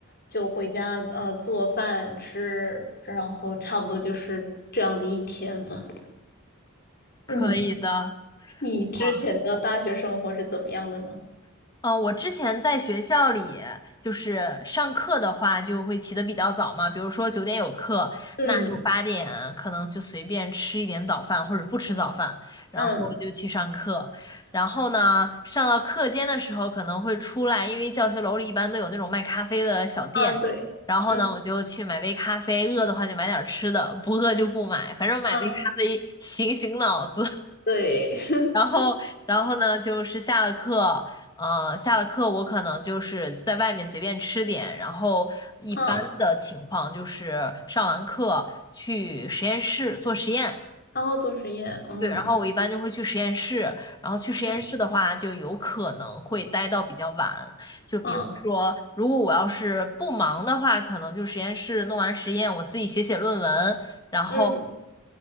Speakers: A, on the left; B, on the left.
A: 就回家呃做饭吃，然后差不多就是这样的一天了。
B: 可以的，
A: 嗯，你之前的大学生活是怎么样的呢？
B: 哇。嗯呃，我之前在学校里，就是上课的话，就会起得比较早嘛，比如说九点有课，
A: 嗯
B: 那就八点可能就随便吃一点早饭，或者不吃早饭，然后就去上课。
A: 嗯
B: 然后呢，上到课间的时候可能会出来，因为教学楼里一般都有那种卖咖啡的小店，
A: 啊对，
B: 然后呢，
A: 嗯
B: 我就去买杯咖啡，饿的话就买点儿吃的，不饿就不买，反正买杯咖啡醒醒脑子。
A: 啊对
B: 然后，
A: <laughs>，
B: 然后呢，就是下了课，呃，下了课我可能就是在外面随便吃点，然后一般的情况就是上完课去实验室做实验，
A: 啊然后做实验，嗯
B: 对，然后我一般就会去实验室，然后去实验室的话，
A: 嗯
B: 就有可能会待到比较晚，就比如说，
A: 啊
B: 如果我要是不忙的话，可能就实验室弄完实验，我自己写写论文，然后。
A: 嗯